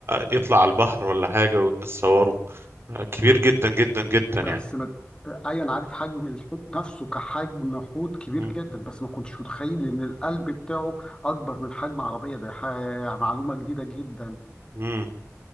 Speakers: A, on the right (about 50°); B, on the left (about 15°).
A: يطلع على البحر ولا حاجه والناس صوره كبير جدا جدا جدا
B: بس
A: يعني
B: ما... أيوة أنا عارف حجم الحوت نفسه كحجم حوت كبير
A: مم.
B: جدا بس ما كنتش متخيل إن القلب بتاعه أكبر من حجم عربية ده ح... معلومة جديدة جدا
A: مم.